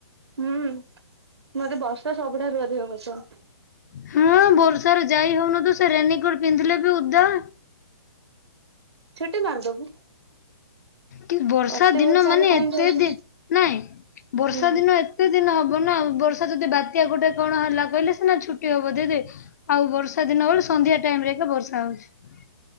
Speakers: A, on the right; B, on the left.
A: ହୁଁ ମତେ ବର୍ଷା ସବୁଠାରୁ ଅଧିକ ପସନ୍ଦ।
B: ହଁ ବର୍ଷାରେ ଯାଇ ହଉନଥିବ ସେ ରେନିକୋଟ ପିନ୍ଧିଲେ ବି ଉଦା।
A: ଛୁଟି ମାରିଦବୁ।
B: କି ବର୍ଷା
A: ଅତି
B: ଦିନ ମାନେ
A: ହେଲେ କାହିଁକି
B: ଏତେ
A: ରହିଛୁ
B: ଦେ ନାଇଁ।
A: ତୁ
B: ବର୍ଷା
A: ହୁଁ।
B: ଦିନ ଏତେ ଦିନ ହବ ବର୍ଷା ଯଦି ବାତ୍ୟା ଗୋଟେ କଣ ହେଲା କହିଲେ ସିନା ଛୁଟି ହବ ଦିଦି ଆଉ ବର୍ଷା ଦିନ ବେଳେ ସ ସନ୍ଧ୍ୟା ଟାଇମ ରେ ଏକା ବର୍ଷା ହଉଛି।